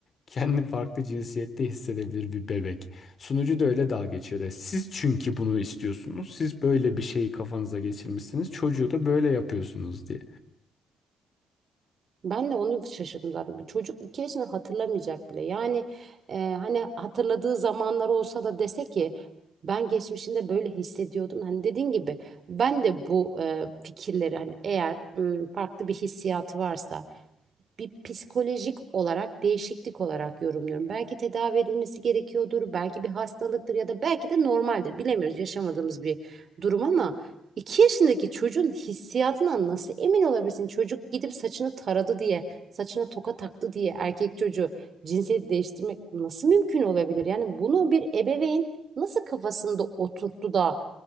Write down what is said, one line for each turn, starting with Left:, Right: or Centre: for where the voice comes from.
Left: kendini farklı cinsiyette hissedebilir bir bebek? Sunucu da öyle dalga geçiyordu. Siz çünkü bunu istiyorsunuz. Siz böyle bir şeyi kafanıza geçirmişsiniz. Çocuğu da böyle yapıyorsunuz diye.
Right: ben de onu şaşırdım zaten. Bir çocuk iki yaşını hatırlamayacak bile. Yani e, hani hatırladığı zamanlar olsa da dese ki ben geçmişinde böyle hissediyordum. Hani dediğin gibi ben de bu e, fikirleri hani eğer m, farklı bir hissiyatı varsa bir psikolojik olarak değişiklik olarak yorumluyorum. Belki tedavi edilmesi gerekiyordur, belki bir hastalıktır ya da belki de normaldir. Bilemiyoruz yaşamadığımız bir durum ama iki yaşındaki çocuğun hissiyatından nasıl emin olabilirsin? Çocuk gidip saçını taradı diye, saçına toka taktı diye erkek çocuğu cinsiyet değiştirmek nasıl mümkün olabilir? Yani bunu bir ebeveyn nasıl kafasında oturttu da